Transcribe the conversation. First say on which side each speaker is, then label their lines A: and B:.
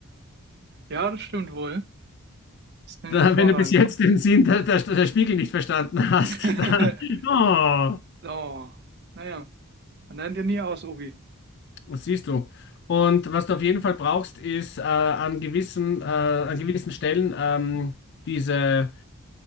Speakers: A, on the right; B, on the left.
A: Ja, das stimmt wohl. Ist dann
B: Da,
A: hervorragend.
B: wenn du bis jetzt den Sinn der, der, der Spiegel nicht verstanden hast,
A: <laughs>
B: <laughs> dann, oh,
A: So, naja, man lernt ja nie aus, Obi.
B: was siehst du? Und was du auf jeden Fall brauchst, ist äh, an gewissen, äh, an gewissen Stellen ähm, diese.